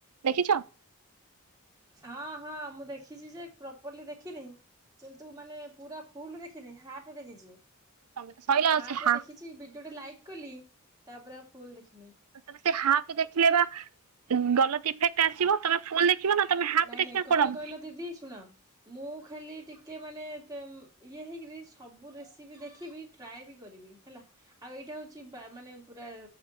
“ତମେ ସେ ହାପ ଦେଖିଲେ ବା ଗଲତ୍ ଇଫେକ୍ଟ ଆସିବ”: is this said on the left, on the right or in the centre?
Right